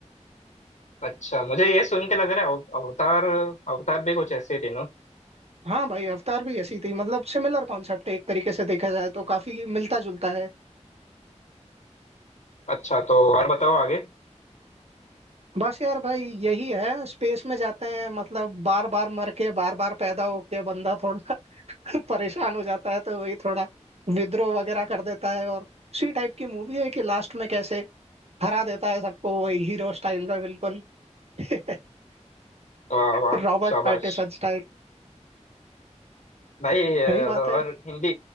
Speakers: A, on the left; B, on the right.
A: अच्छा मुझे ये सुन के लग रहा है अव- अवतार अवतार भी कुछ ऐसे ही थे ना
B: हाँ भाई अवतार भी ऐसी थी मतलब सिमिलर कॉन्सेप्ट है एक तरीके से देखा जाए तो काफी मिलता जुलता है
A: अच्छा तो और बताओ आगे
B: बस यार भाई यही है स्पेस में जाते हैं मतलब बार बार मर के बार बार पैदा होके बंदा थोड़ा <laughs> परेशान हो जाता है तो वही थोड़ा विद्रोह वगैरह कर देता है और उसी टाइप की मूवी है कि लास्ट में कैसे हरा देता है सबको वही हीरो स्टाइल में बिल्कुल <laughs>
A: वाह वाह
B: रॉबर्ट
A: शाबाश
B: पैटिसन स्टाइल
A: भाई अ,
B: यही बात
A: और
B: है
A: हिंदी